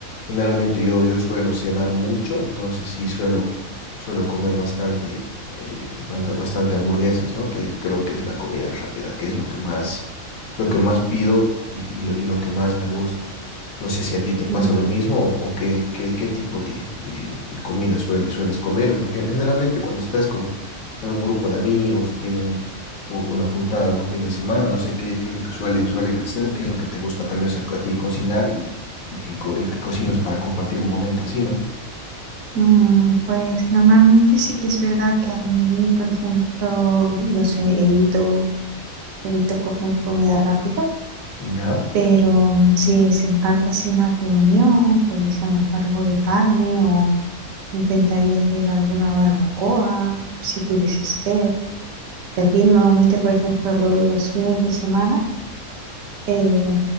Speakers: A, on the left; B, on the right.
A: Generalmente yo, yo suelo cenar mucho, entonces sí suelo, suelo comer bastante, eh, bant- bastante hamburguesas, ¿no? Que creo que es la comida rápida, que es lo que más, lo que más pido y, y lo, y lo que más me gusta. No sé si a ti te pasa
B: Mm,
A: lo mismo o, o qué, qué, qué tipo de, de, de comida sueles, sueles comer. Gen- Generalmente cuando estás con en un grupo de amigos o tienen un- un- una juntada algún fin de semana, no sé qué, qué es lo que suelen, suelen hacer o qué es lo que te gusta tal vez a a ti cocinar y y que, co- y que cocinas para compartir un momento así, ¿no?
B: mm, pues normalmente sí que es verdad que a mí, por ejemplo, no sé, evito, evito comer comida rápida,
A: Ya.
B: pero mm, si se encarta así una reunión, pues a lo mejor algo de carne o intentaría hacer alguna barbacoa, si pudiese ser. que aquí normalmente, por ejemplo, lo- los fines de semana eh,